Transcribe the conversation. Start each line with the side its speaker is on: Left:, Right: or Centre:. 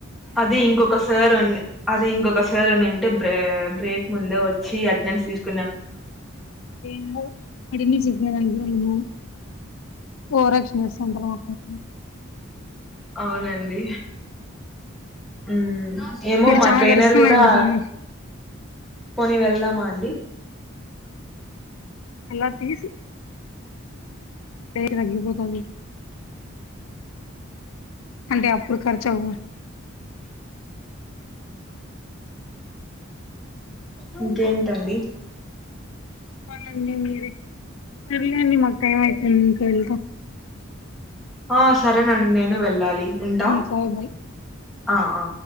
Centre: అదే ఇంకొక సార్ ఉన్ అదే ఇంకొక సార్ ఉనిం ట్ బ్రె బ్రేక్ ముందే వచ్చి అటెండెన్స్ తీస్
Left: మ్ అటెండెన్స్ <unintelligible> ఏమో ఓవర్ యాక్షన్ చేస్తా ఉంటా మాట్లాడుత్
Centre: అవునండి మ్ ఏమో
Left: ఇటు
Centre: మా
Left: చాలా
Centre: ట్రైనర్
Left: కరుస్తున్నాయండి
Centre: కూడా
Left: దోమలు
Centre: కొని వెళ్దామా అండి
Left: అలా తీసి రేట్ తగ్గిపోతాంది అంటే అప్పుడు ఖర్చవ్వు
Centre: ఇంకేంటండి
Left: చెప్పాలండి మీరే సర్లే అండి మక్ టైమ్ అయితాంది ఇంకా వెళ్త
Centre: ఆ సరేనండి నేను వెళ్ళాలి ఉంటా
Left: సరే బాయ్
Centre: ఆ ఆ